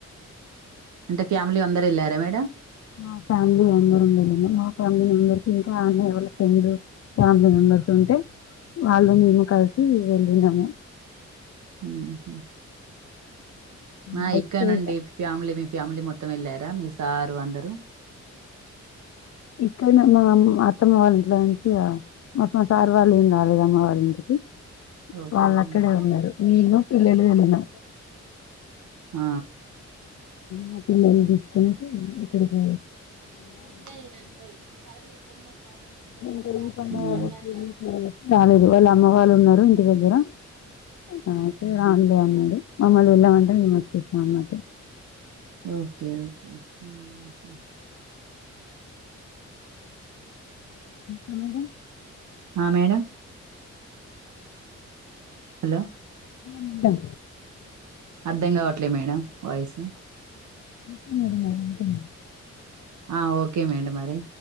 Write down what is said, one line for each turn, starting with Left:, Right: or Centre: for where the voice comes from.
Right: అంటే ఫ్యామిలీ అందరు వెళ్ళారా మేడ
Left: మా ఫ్యామిలీ అందరం వెళ్ళిన మా ఫ్యామిలీ మెంబెర్స్ ఇంకా అన్నయ్య వాళ్ళ చందు ఫ్యామిలీ మెంబెర్స్ ఉంటే వాళ్ళు మేము కలిసి వెళ్ళినాము
Right: హ ఆ
Left: బైక్కే
Right: ఇక్క నుండి
Left: ఇగ
Right: ఫ్యామిలీ ఫ్యామిలీ మొత్తం వెళ్ళారా మీ సారు అందరు
Left: ఇక్కడనా మామ్ అత్తమ్మ వాళ్ళ ఇంట్లో నుంచి మా మా సారు వాళ్ళు ఏం రాలేదు అమ్మ వాళ్ళ ఇంటికి
Right: ఓకే
Left: వాళ్ళ అక్కడే
Right: మ్మ్.
Left: ఉన్నారు నేను పిల్లలు వెళ్ళినా
Right: ఆ
Left: మా పిల్లలు తీసుకుని ఇక్కడకి
Right: నిన్నే నే అన్నది పరలోకంలో పాలిస్తున్న ప్రభువా
Left: ఇంకా ఈ
Right: అన్నాడు
Left: పండగ
Right: మాట్లాడతారు
Left: రాలేదు వాళ్ళ అమ్మ వాళ్ళు ఉన్నారు ఇంటి దగ్గర ఆ అంటె రాండి అన్నడూ మమ్మల్ని వెళ్ళామంటే మేం వచ్చేసా అన్నట్టు
Right: ఓకే ఓకే హ్మ్ హ్
Left: ఆ మేడమ్
Right: ఆ మేడం హలో
Left: ఆ మేడం
Right: అర్ధం కావట్లే మేడం వాయిసు.
Left: ఓకే మేడం మరి ఉంటున్న
Right: ఆ ఓకే మేడం మరి